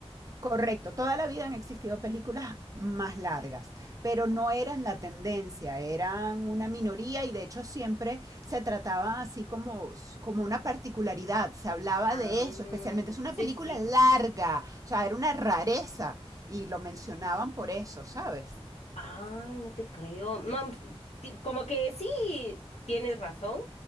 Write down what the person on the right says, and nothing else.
Correcto, toda la vida han existido películas más largas, pero no eran la tendencia, eran una minoría y de hecho siempre se trataba así como, como una particularidad, se hablaba
de eso, especialmente es una
película
larga, o sea, era una rareza y lo mencionaban por eso, ¿sabes?